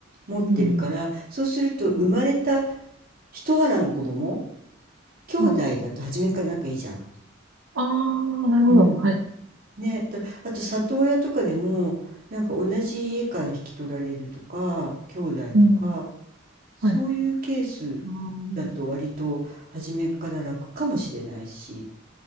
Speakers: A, on the right; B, on the right.
A: 持ってるから、
B: うん。
A: そうすると生まれた
B: あー、
A: 一腹の子供、兄弟だと初めから仲いいじゃん。
B: はい。ああなるほど。
A: うん。
B: はい。
A: ね、だあと里親とかでもなんか同じ家から引き取られるとか兄弟とか
B: うん。
A: そういうケース
B: はい。あー
A: だと割と初めから楽かもしれないし、